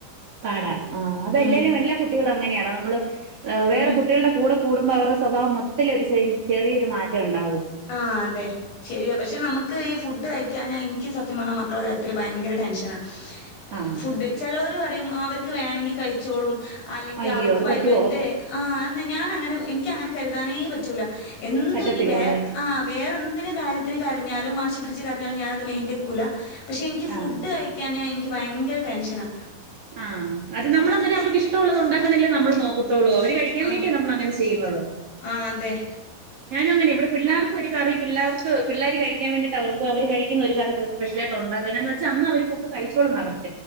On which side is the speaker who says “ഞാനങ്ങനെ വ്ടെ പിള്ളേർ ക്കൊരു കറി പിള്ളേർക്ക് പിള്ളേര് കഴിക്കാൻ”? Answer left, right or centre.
Right